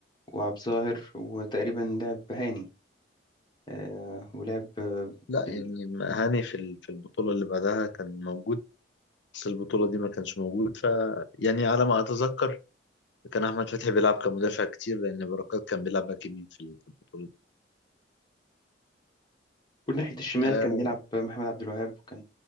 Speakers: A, on the left (about 25°); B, on the left (about 70°).
A: وعبد الظاهر وتقريبا لعب هاني آه، ولعب آه،
B: لا
A: بال...
B: يعني هاني في ال- في البطولة اللي بعدها كان موجود بس البطولة دي ما كانش موجود ف يعني على ما أتذكر كان أحمد فتحي بيلعب كمدافع كتير لأن بركات كان بيلعب باك يمين في ال- في البطولة دي
A: وناحية الشمال
B: آه
A: كان بيلعب محمد عبد الوهاب وكان